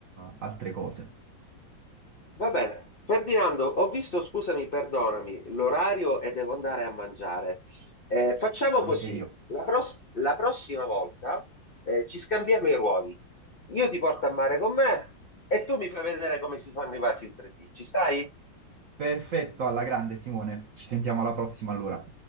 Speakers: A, on the right; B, on the left.
A: altre cose,
B: Va bene. Ferdinando, ho visto, scusami, perdonami, l'orario e devo andare a mangiare. Eh, facciamo
A: anche
B: così,
A: io.
B: la, pros- la prossima volta eh, ci scambiamo i ruoli. Io ti porto a mare con me e tu mi fai vedere come si fanno i vasi in 3D. Ci stai?
A: Perfetto, alla grande Simone, ci sentiamo alla prossima allora.